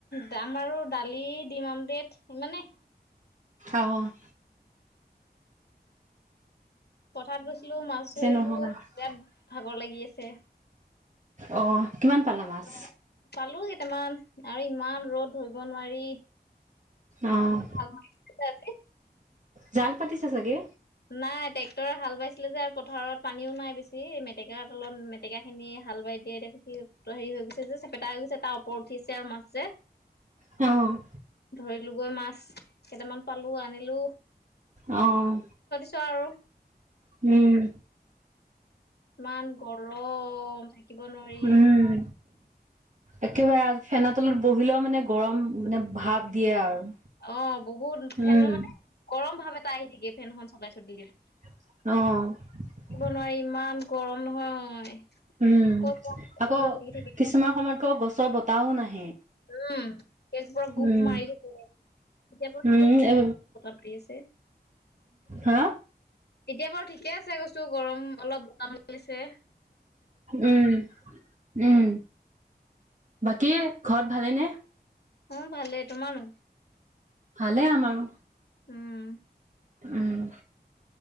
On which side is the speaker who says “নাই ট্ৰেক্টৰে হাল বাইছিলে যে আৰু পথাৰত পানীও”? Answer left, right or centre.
Left